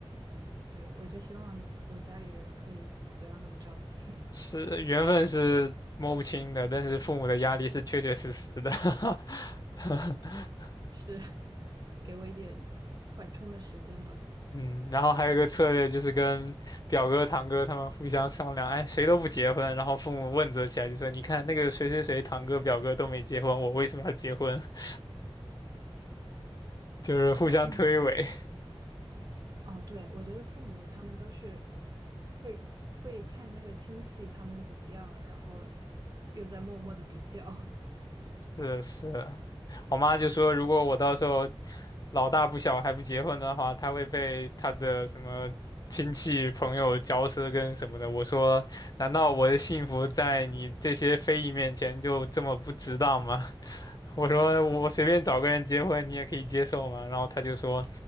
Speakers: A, on the right; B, on the left.
A: 对，我就希望我家里人可以不要那么着急，
B: 是缘分是摸不清的，但是父母的压力是确确实实的。<laughs>
A: <laughs> 是给我一点缓冲的时间吧。
B: 嗯，然后还有一个策略就是跟表哥、堂哥他们互相商量，哎，谁都不结婚，然后父母问责起来，就说你看那个谁谁谁堂哥、表哥都没结婚，我为什么要结婚？<laughs> 就是互相推诿。
A: 那 <clears throat> 哦，对，我觉得父母他们都是会会看那个亲戚他们怎么样了，然后又在默默的比较。
B: 是是，我妈就说，如果我到时候老大不小还不结婚的话，她会被她的什么亲戚朋友嚼舌根什么的。我说，难道我的幸福在你这些非议面前就这么不值当吗？<laughs> 我说我随便找个人结婚，你也可以接受吗？然后她就说，